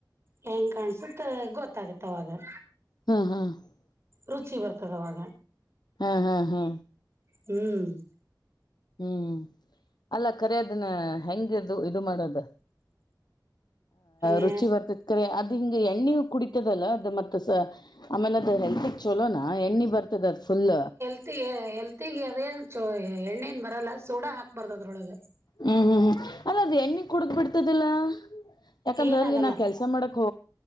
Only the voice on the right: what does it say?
ಹೆಂಗ್ ಕಾಣಸುತ್ತ ಗೊತ್ತಾಗತ್ತ ಅವವಾಗ-.
ರುಚಿ ಬರ್ತದವಾಗ.
ಹ್ಮ್-
ಏ
ಹೇಳ್ತಿಗೆ ಹೆಲ್ತಿಗೆ ಅದೇ ಚ ಎಣ್ಣೇನ್ ಬರಲ್ಲ. ಸೋಡಾ ಹಾಕ್ಬಾರ್ದ ಅದ್ರೊಳಗ
ಏನಾಗಲ್ಲ